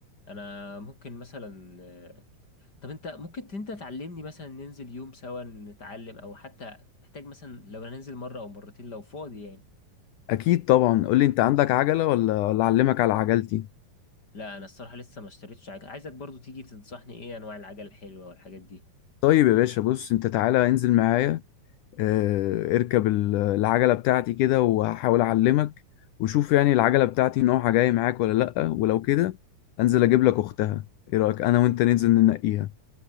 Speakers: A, on the left (about 25°); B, on the left (about 70°).
A: انا ممكن مثلا آه، طب انت ممكن انت تعلمني مثلا ننزل يوم سوا نتعلم او حتى محتاج مثلا لو هننزل مرة او مرتين لو فاضي يعني
B: اكيد طبعا قول لي انت عندك عجلة ولا ولا اعلمك على عجلتي
A: لا انا الصراحة لسه ما اشتريتش عجل عايزك برضو تيجي تنصحني ايه انواع العجل الحلوة والحاجات دي
B: طيب يا باشا بص انت تعالى انزل معايا اه اركب ال- العجلة بتاعتي كده وهحاول اعلمك وشوف يعني العجلة بتاعتي نوعها جاي معاك ولا لأ ولو كده انزل اجيب لك اختها ايه رأيك انا وانت ننزل ننقيها